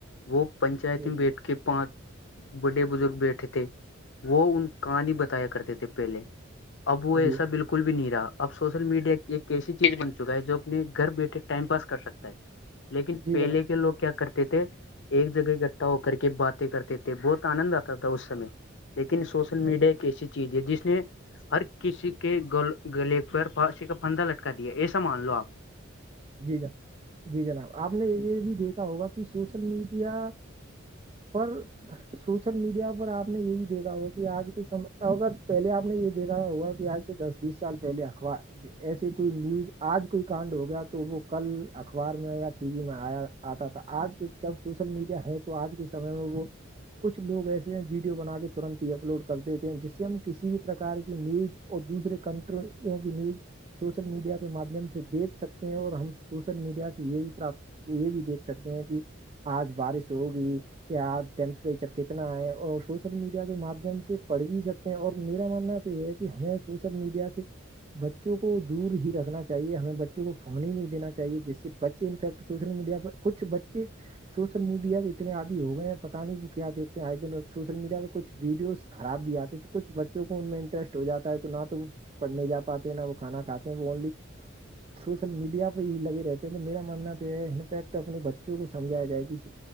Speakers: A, on the left; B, on the right.
A: وہ پنچایت
B: جی
A: میں
B: جناب
A: بیٹھ کے پانچ بڑے بزرگ بیٹھے تھے وہ ان کہانی بتایا کرتے تھے پہلے اب وہ ایسا
B: جی
A: بالکل بھی نہیں رہا اب سوشل میڈیا ایک کیسی چیز بنتی چکا ہے جو اپنے گھر بیٹھے ٹائم پاس کر سکتا ہے لیکن
B: جی
A: پہلے کے لوگ کیا کرتے تھے ایک جگہ اکٹھا ہو کر کے باتیں کرتے تھے بہت آنند آتا تھا اس سمے لیکن سوشل
B: جناب
A: میڈیا ایک ایسی چیز ہے جس نے ہر کسی کے گ گلے پر پسی کا پھندا لٹکا دیا ایسا مان لو آپ
B: جی جناب جی جناب آپ نے یہ بھی دیکھا ہوگا کہ سوشل میڈیا پر سوشل میڈیا پر آپ نے یہ بھی دیکھا ہوگا کہ آج کے سم اگر پہلے آپ نے یہ دیکھا ہوا کہ آج دس بیس سال پہلے اخبار ایسے کوئی نیوز آج کوئی کاانڈ ہو گیا تو تو وہ کل اخبار میں یا ٹی وی میں آیا آتا تھا آج کے جب سوشل میڈیا ہے تو آج کے س میں ببو کچھ لوگ ایسے ہیں ویڈیو بنا کے ترنت ہی اپلوڈ کر دیتے ہیں جس سے ہم کسی بھی پرکار کی نیوز اور دوسرے کنٹرولوں کی نیوز سوشل میڈیا کے مادھیم سے دیکھ سکتے اور ہم سوشل میڈیا سے یہ بھی پراپ یہ بھی دیکھ سکتے ہیں کہ آج بارش ہوگی یا ٹیمپریچر کتنا ہے اور سو سوشل میڈیا کے ماددھیم سے پڑھ بھی سکتے ہیں اور میرا ماننا تو یہ ہے کہ ہمیں سوشل میڈیا سے بچوں کو دور ہی رکھنا چاہیے ہمیں کو فون ہی نہیں دین چاہیے جس سے بچے انفیکٹ سوشل میڈیا پر کچھ بچے سوشل میڈیا کے اتنے آدی ہو گئے ہیں پتا نہیں وہ کیا دیتے ہیں آج دن سوشل میڈیا پہ کچھ ویڈیوز خراب بھی آتے ہیں تو کچھ بچوں کو ان میں انٹرسٹ ہو جاتا ہے تو نہ تو پڑھنے جا پاتے ہیں نہ وہ کھانا کاتے ہیں وہ اونلی سوشل میڈیا پہ ہی لگے رہتے ہیں تو میرا ماننا تو یہ ہے انفیکٹ اپنے بچوں کو سمجایا جائے گی اس